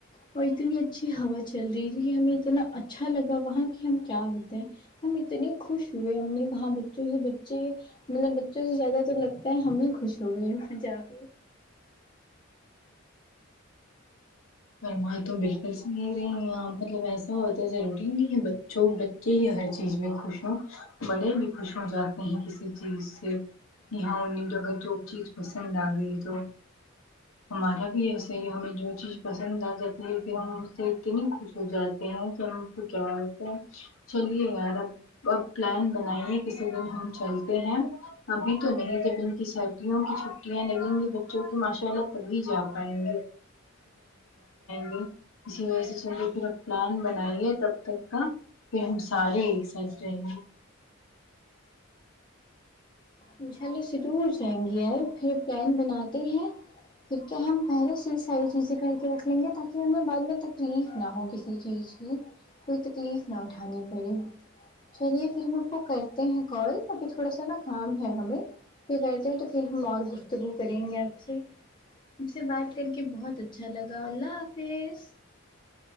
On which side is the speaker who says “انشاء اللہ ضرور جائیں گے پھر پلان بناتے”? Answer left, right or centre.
Left